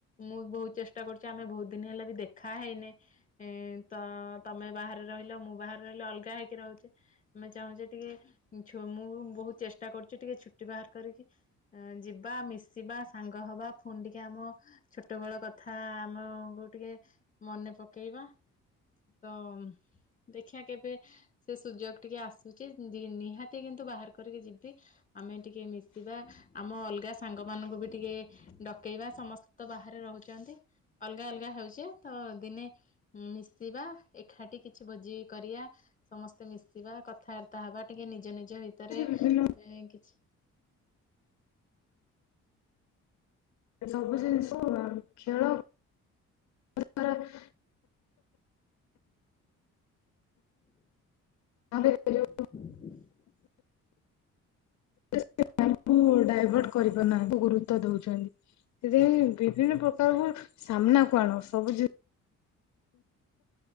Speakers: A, on the left; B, on the left.
A: ମୁଁ ବହୁତ ଚେଷ୍ଟା କରୁଛି ଆମେ ବହୁତ ଦିନ ହେଲା ବି ଦେଖା ହେଇନି ଏ। ତ ତମେ ବାହାରେ ରହିଲ ମୁଁ ବାହାରେ ରହିଲି ଅଲଗା ହେଇକି ରହୁଛି ଆମେ ଚାହୁଁଛେ ଟିକେ। ଛୁ ମୁଁ ବହୁତ ଚେଷ୍ଟା କରୁଛି ଟିକେ ଛୁ ଟି ବାହାର କରିକି ଏଁ ଯିବା ମିଶିବା ସାଙ୍ଗ ହବା। ପୁଣି ଟିକେ ଆମ ଛୋଟ ବେଳ କଥା ଆମ କୁ ଟିକେ ମନେ ପକେଇବା। ତ ଦେଖିବା କେବେ। ସେ ସୁଯୋଗ ଟିକେ ଆସୁଛି ଦି ନିହାତି କିନ୍ତୁ ବାହାର କରିକି ଯିବି। ଆମେ ଟିକେ ମିଶିବା ଆମ ଅଲଗା ସାଙ୍ଗମାନଙ୍କୁ ବି ଟିକେ ଡ ଡକେଇବା ସମସ୍ତେ ତ ବାହାରେ ରହୁଛନ୍ତି ଅଲଗା ଅଲଗା ହେଉଛେ ତ ଦିନେ। ଉଁ ମିଶିବା ଏକାଠି କିଛି ଭୋଜି କରିବା ସମସ୍ତେ ମିଶିବା କଥା ତା ହବା ଟିକେ ନିଜ ନିଜ ଭିତରେ ଏ
B: ବିଭିନ୍ନ
A: କିଛି।
B: ସବୁ ଜିନିଷ ଆଉ ଖେଳ ଦ୍ୱାରା। ଆମେ ଏ ଯୋଉ।
A: ହଁ
B: <unintelligible> ଡାଇଭଟ କରିପାରୁନାହାନ୍ତି <unintelligible> ଦଉଛନ୍ତି ସେଥିପାଇଁ ବିଭିନ୍ନ ପ୍ରକାର ସାମ୍ନା କଣ ସବୁ ଜି